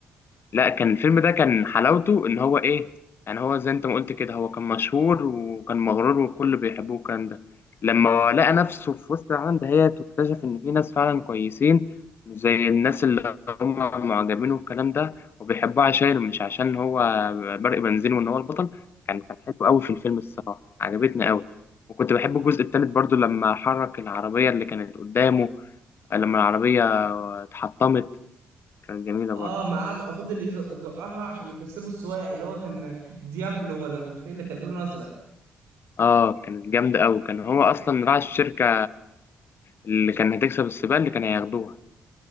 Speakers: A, on the left; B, on the right.
A: لا كان الفيلم ده كان حلاوته ان هو ايه يعني هو زي انت ما قلت كده هو كان مشهور وكان مغرور والكل بيحبوه الكلام ده لما لقى نفسه في وسط العالم دهيت واكتشف ان في ناس فعلا كويسين مش زي الناس اللي هم معجبين والكلام ده وبيحبوه عشان مش عشان هو برق بنزين وان هو البطل كان كان حلو قوي في الفيلم الصراحه عجبتني قوي وكنت بحب الجزء التالت برضو لما حرك العربيه اللي كانت قدامه لما العربيه اتحطمت كانت جميله
B: اه
A: برضو
B: معاه بقى فضل يزق- يزقها عشان يكسبوا السواق اللي هو كان ديابلو ولا مش عارف ايه اللي كان لونه ازرق
A: اه كانت جامدة أوي كان هو أصلا راعي الشركة اللي كان هتكسب السباق اللي كانوا هياخدوها